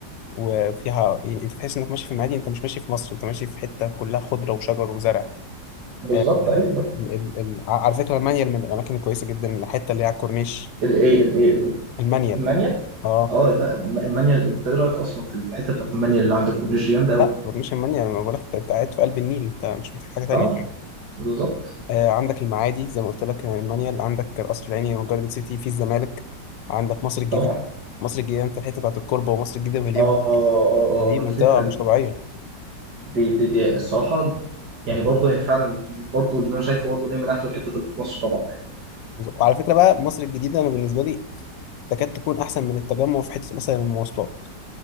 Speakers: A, on the left; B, on the right.
A: وفيها يعني أنت تحس إنك ماشي في معادي أنت مش ماشي في مصر أنت ماشي في حتة كلها خضرة وشجر وزرع
B: بالظبط
A: آه،
B: أيوه
A: ال... ال... على فكرة المانيال من الأماكن الكويسة جدا الحتة اللي هي على الكورنيش
B: الإيه الإيه الإيه
A: المانيال
B: المانيال
A: اه
B: اه لا الم- المانيال أنت إيه رأيك أصلا في في الحتة بتاعت المانيال اللي عند الكورنيش دي جامدة أوي
A: لا كورنيش المانيال ما بقولك انت أنت قاعد في قلب النيل انت مش محتاج حاجة تانية
B: اه بالظبط
A: آه عندك المعادي زي ما قلت لك آه، المانيال عندك القصر العيني وجاردن سيتي في الزمالك عندك مصر الجديدة
B: طبعا
A: مصر الجديدة انت الحتة بتاعت الكوربة ومصر الجديدة وهليوب
B: اه اه اه
A: دي
B: آه،
A: منطقة
B: نسيتها
A: مش
B: دي
A: طبيعية
B: دي دي, دي الصراحة يعني برضه هي فعلا برضه اللي انا شايفه برضه ان هي من احلى الحتت اللي في مصر طبعا يعني.
A: وعلى فكرة بقى مصر الجديدة أنا بالنسبة لي تكاد تكون أحسن من التجمع في حتة مثلا المواصلات